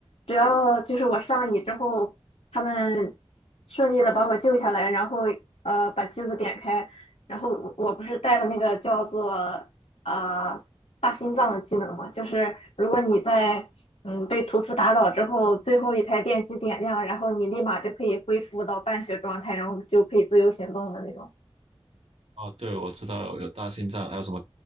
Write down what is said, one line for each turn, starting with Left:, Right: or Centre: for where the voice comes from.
Left: 只要就是我上椅之后，他们顺利的把我救下来，然后呃把机子点开，然后我我不是带了那个叫做呃大心脏的技能嘛，就是如果你在嗯被屠夫打倒之后，最后一台电机点亮，然后你立马就可以恢复到半血状态，然后就可以自由行动的那种。
Right: 哦，对，我知道有大心脏，还有什么，